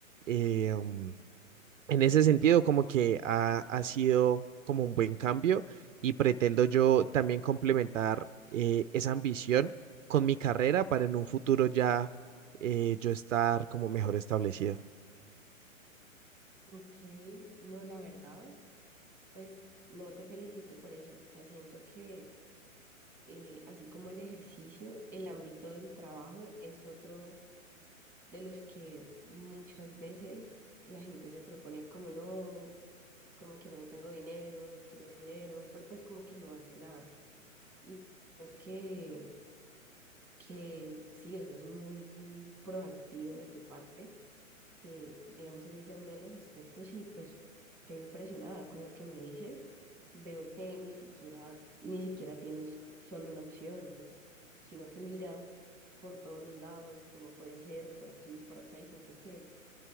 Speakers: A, on the right (about 65°); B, in the centre.
A: eh, mm, en ese sentido, como que ha, ha sido como un buen cambio y pretendo yo también complementar eh, esa ambición con mi carrera para en un futuro ya eh, yo estar como mejor establecido.
B: Ok, no, la verdad, pues no te felicito por eso. O sea, siento que eh, así como el ejercicio, el ámbito del trabajo es otro. de los que muchas veces la gente se propone como no, como que no tengo dinero, quiero dinero, pero pues como que no hace nada. Y creo que que sí, o sea, es muy proactivo de tu parte, que digamos ese sea uno de los aspectos y pues qué impresionada con lo que me dices, veo que ni siquiera, ni siquiera tienes solo una opción, sino que miras por todos los lados, como puede ser, por aquí, por acá, y siento que